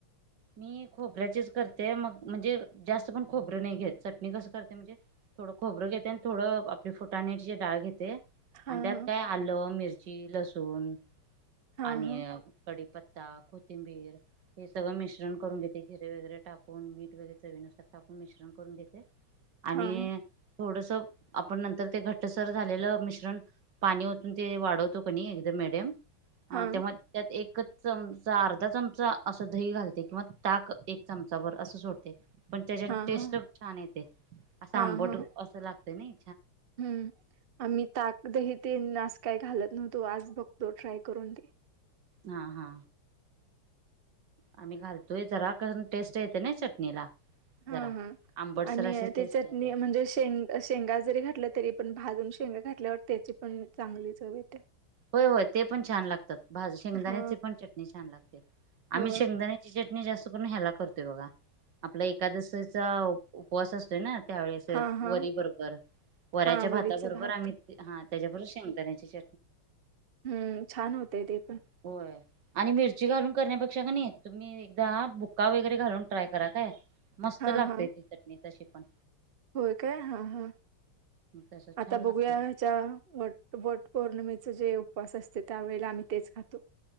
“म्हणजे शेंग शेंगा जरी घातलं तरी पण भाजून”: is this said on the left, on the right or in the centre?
Right